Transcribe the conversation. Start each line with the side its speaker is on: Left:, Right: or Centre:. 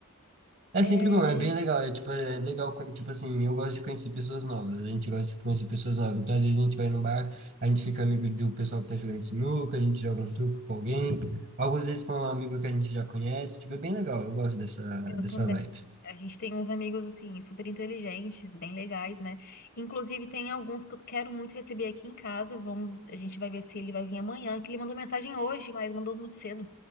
Right: É
Left: É,
Right: sempre bom, é bem legal, é, tipo, é legal, quando, tipo assim, eu gosto de conhecer pessoas novas, a gente gosta de conhecer pessoas novas, então às vezes a gente vai no bar, a gente fica amigo de um pessoal que tá jogando sinuca, a gente joga um truco com alguém, algumas vezes com um amigo que a gente já conhece, tipo, é bem legal, eu gosto dessa,
Left: Eu
Right: dessa
Left: também.
Right: vibe.
Left: A gente tem uns amigos, assim, super inteligentes, bem legais, né? Inclusive, tem alguns que eu quero muito receber aqui em casa. Vamos, a gente vai ver se ele vai vir amanhã, que ele mandou mensagem hoje, mas mandou muito cedo.